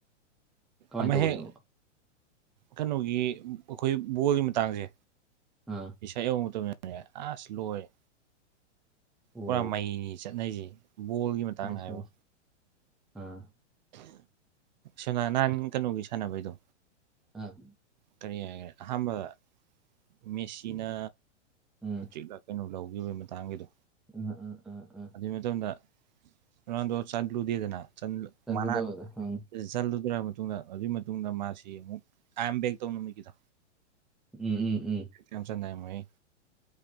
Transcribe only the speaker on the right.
ꯑꯃ
ꯍꯦꯛ ꯀꯩꯅꯣꯒꯤ ꯑꯩꯈꯣꯏ ꯕꯣꯜꯒꯤ ꯃꯇꯥꯡꯁꯦ
ꯄꯩꯁꯥ ꯌꯎꯧꯕ ꯃꯇꯝꯅꯤꯅꯦ ꯑꯁ ꯂꯣꯏꯔꯦ
ꯄꯨꯔꯥ ꯃꯩꯅꯤ ꯆꯠꯅꯔꯤꯁꯦ ꯕꯣꯜꯒꯤ ꯃꯇꯥꯡꯗ
ꯍꯥꯏꯕꯣ
ꯁꯣꯅꯥ ꯅꯍꯥꯟ ꯀꯩꯅꯣꯒꯤ ꯁꯥꯟꯅꯕꯩꯗꯣ
ꯀꯔꯤ ꯍꯥꯏꯒꯦ ꯑꯍꯥꯟꯕꯗ ꯃꯦꯁꯤꯅꯥ
ꯀꯩꯅꯣ ꯂꯧꯈꯤꯕꯒꯤ ꯃꯇꯥꯡꯒꯤꯗꯣ
ꯑꯗꯨ ꯃꯇꯝꯗ ꯅꯥꯡꯗꯣ ꯆꯜꯂꯨꯗꯦꯗꯅꯅꯥ
ꯆꯜꯂꯨꯗ꯭ꯔ ꯃꯇꯨꯡꯗ ꯑꯗꯨꯒꯤ ꯃꯇꯨꯡꯗ ꯃꯥꯁꯤ ꯑꯃꯨꯛ ꯑꯥꯏ ꯑꯦꯝ ꯕꯦꯛ ꯇꯧ ꯅꯨꯃꯤꯠꯒꯤꯗꯣ
ꯌꯥꯝ ꯆ ꯏ ꯃꯣꯏ